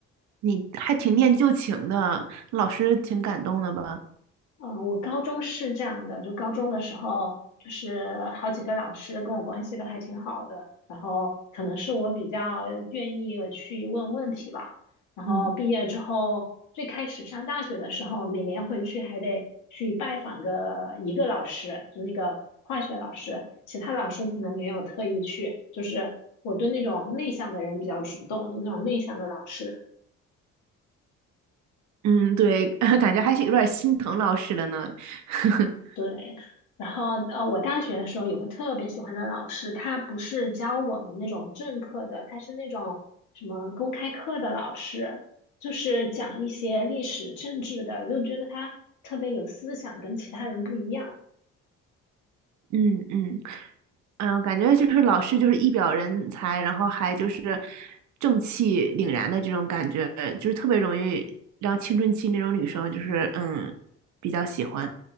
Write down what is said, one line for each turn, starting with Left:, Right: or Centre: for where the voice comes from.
Right: 你还挺念旧情的，老师挺感动的吧？
Left: 嗯，我高中是这样的，就高中的时候，就是好几个老师跟我关系都还挺好的，然后可能是我比较愿意去问问题吧。然后毕业之后，
Right: 嗯
Left: 最开始上大学的时候，每年回去还得去拜访个一个老师，就那个化学老师，其他老师可能没有特意去。就是我对那种内向的人比较主动，就那种内向的老师。
Right: 嗯，对，<laughs> 感觉还是有点心疼老师了呢。<laughs>
Left: 对，然后呃，我大学的时候有个特别喜欢的老师，他不是教我们那种正课的，他是那种什么公开课的老师，就是讲一些历史政治的，就觉得他特别有思想，跟其他人不一样。
Right: 嗯嗯嗯，呃感觉就是老师就是一表人才，然后还就是正气凛然的这种感觉，就是特别容易让青春期那种女生就是嗯比较喜欢。